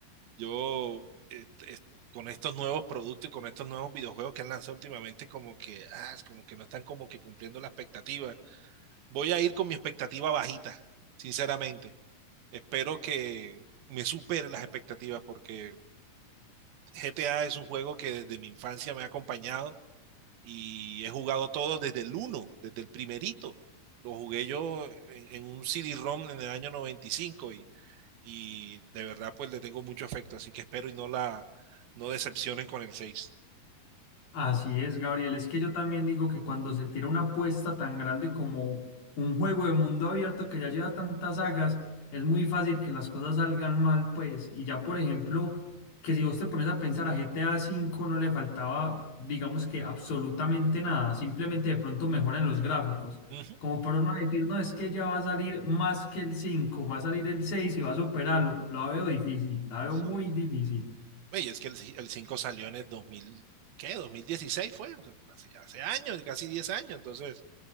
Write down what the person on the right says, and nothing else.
Yo, eh, eh, con estos nuevos productos y con estos nuevos videojuegos que han lanzado últimamente, como que, ah, es como que no están como que cumpliendo la expectativa. Voy a ir con mi expectativa bajita, sinceramente. Espero que me supere las expectativas porque GTA es un juego que desde mi infancia me ha acompañado y he jugado todo desde el uno, desde el primerito. Lo jugué yo en, en un CD-ROM en el año 95 y y de verdad pues le tengo mucho afecto, así que espero y no la no decepcionen con el seis
Mm,
ujú,
Sí.
Oye, es que el, ci- el 5 salió en el dos mil ¿qué? 2016 fue, o sea, hace, hace años, casi 10 años, entonces